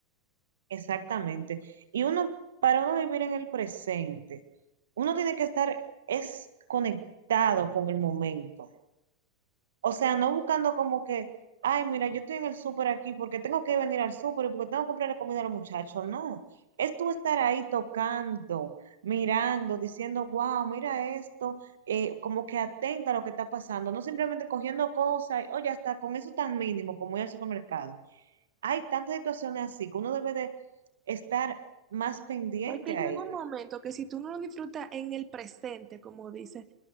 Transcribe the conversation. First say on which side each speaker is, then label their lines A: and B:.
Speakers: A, on the right; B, on the right.
A: exactamente. Y uno, para uno vivir en el presente, uno tiene que estar es conectado con el momento. O sea, no buscando como que, ay, mira, yo estoy en el súper aquí porque tengo que venir al súper y porque tengo que comprar la comida a los muchachos. No, es tú estar ahí tocando, mirando, diciendo, wow, mira esto, eh, como que atenta a lo que está pasando, no simplemente cogiendo cosas, y, oh, ya está, con eso tan mínimo como ir al supermercado. hay tantas situaciones así que uno debe de estar más pendiente
B: Es que llega
A: a ellas,
B: un momento que si tú no lo disfrutas en el presente, como dice,